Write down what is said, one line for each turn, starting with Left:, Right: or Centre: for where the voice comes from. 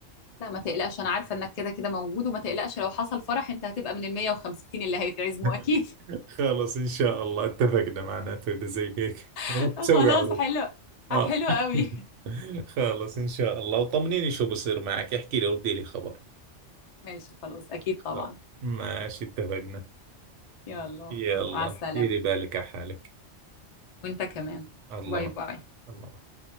Left: لا ما تقلقش انا عارفه انك كده كده موجود وما تقلقش لو حصل فرح انت هتبقى من ال 150 اللي هيتعزموا
Right: <laughs>
Left: اكيد
Right: خلص إن شاء الله اتفقنا معناته إذا زي هيك
Left: <laughs>
Right: معناته تسوي
Left: خلاص
Right: عرس
Left: حلو
Right: آه
Left: حلو قوي
Right: <laughs> خلص إن شاء الله وطمنيني شو بصير معك احكي لي ردي لي خبر
Left: <laughs> ماشي خلاص اكيد
Right: خلص.
Left: طبعا
Right: ماشي اتفقنا
Left: يلا
Right: يلا
Left: مع السلامه
Right: ديري بالك على حالك
Left: وانت كمان
Right: الله
Left: باي
Right: معك
Left: باي
Right: الله معك